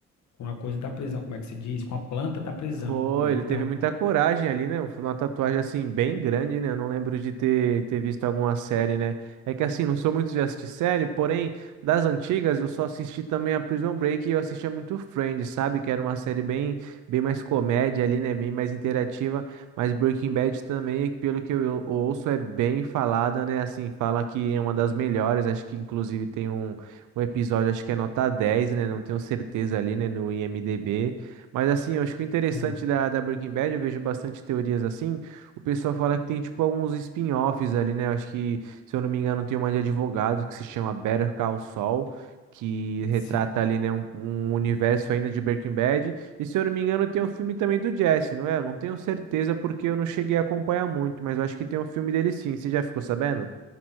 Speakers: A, on the left; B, on the right.
A: com a coisa da prisão, como é que se diz? Com a planta da prisão,
B: foi
A: né?
B: ele
A: Então,
B: teve muita coragem ali, né? Foi uma tatuagem assim bem grande, né? Eu não lembro de ter, ter visto alguma série, né? É que assim, não sou muito de assistir série, porém, das antigas eu só assisti também a Prison Break e eu assistia muito Friends, sabe? Que era uma série bem, bem mais comédia ali, né? Bem mais interativa. Mas Breaking Bad também, pelo que eu eu ouço, é bem falada, né? Assim, fala que é uma das melhores. Acho que inclusive tem um, um episódio, acho que é nota 10 né? Não tenho certeza ali, né? No IMDb. Mas assim, eu acho que o interessante
A: Sim.
B: da, da Breaking Bad, eu vejo bastante teorias assim. O pessoal fala que tem tipo alguns spin-offs ali, né? Eu acho que, se eu não me engano, tem uma de advogado que se chama Better Call Saul, que retrata
A: sim.
B: ali, né, um, um universo ainda de Breaking Bad. E se eu não me engano, tem um filme também do Jesse, não é? Eu não tenho certeza porque eu não cheguei a acompanhar muito, mas eu acho que tem um filme dele sim. Você já ficou sabendo?